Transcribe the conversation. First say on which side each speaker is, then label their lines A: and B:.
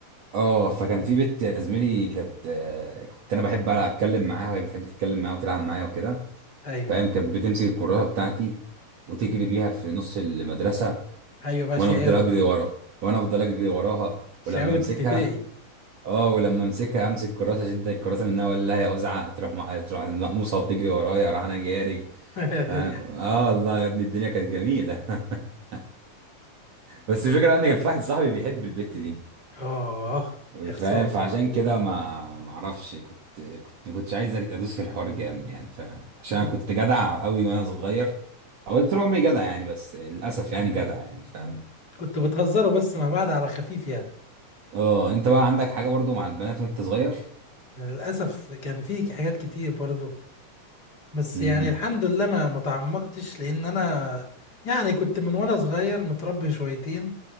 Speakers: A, on the right (about 55°); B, on the left (about 30°).
A: اه فكان
B: مم.
A: في بنت يا زميلي كانت آه، كنت انا بحب بقى اتكلم معاها وهي بتحب تتكلم معايا وتلعب معايا وكده
B: ايوه
A: فاهم كانت بتمسك الكراسه بتاعتي وتجري بيها في نص المدرسه
B: ايوه بقى
A: وانا
B: شقاوه
A: افضل اجري ورا وانا افضل اجري وراها ولما
B: شقاوه
A: امسكها
B: ابتدائي
A: اه ولما امسكها امسك الكراسه اشد الكراسه منها ولا لها يا ازعه تروح مع... تروح المقموصه وتجري ورايا راح انا جاري
B: <laughs>
A: اه آه، الله يا ابني الدنيا كانت جميله <laughs> بس الفكره ان كان في واحد صاحبي بيحب البت دي
B: اه يا خساره
A: فاهم فعشان كده ما ما اعرفش كنت كنت ما كنتش عايز ادوس في الحوار جامد يعني فاهم عشان
B: فكنت
A: انا كنت جدع قوي وانا صغير او طول عمري جدع يعني بس للاسف يعني جدع يعني فاهم
B: كنت بتهزروا بس مع بعض على خفيف يعني
A: اه انت بقى عندك حاجه برضو مع البنات وانت صغير
B: للأسف كان في حاجات كتير برضو بس
A: امم
B: يعني الحمد لله ما متعمقتش لأن أنا يعني كنت من وأنا صغير متربي شويتين